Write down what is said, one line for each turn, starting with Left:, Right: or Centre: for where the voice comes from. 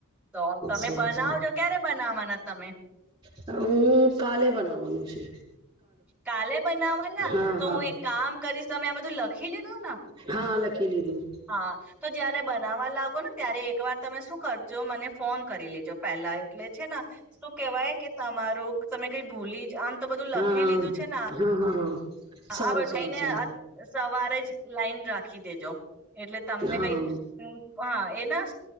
Centre: તો તમે
Right: સારું
Centre: બનાવજો ક્યારે બનાવાના. તમે.
Right: હ કાલે બનાવાનું છે.
Centre: કાલે બનાવા ના
Right: હા
Centre: તો
Right: હા
Centre: હું એક કામ કરીશ. તમે આ બધું લખી લીધું ને
Right: હા લખી લીધું
Centre: હા તો જયારે બનાવા લાગો ને. ત્યારે એકવાર તમે શું કરજો મને ફોન કરી લેજો. જો પહેલા એટલે છે શું કેવાય કે તમારું તમે કઈ ભૂલી જ આમ તો બધું
Right: હા
Centre: લખી લીધું છે ને
Right: હા હા હા.
Centre: આ
Right: સારું
Centre: બધું
Right: સારું
Centre: એને
Right: સારું
Centre: સવારે જ લાઈન રાખી દેજો. એટલે તમને
Right: હા
Centre: કઈ હા એના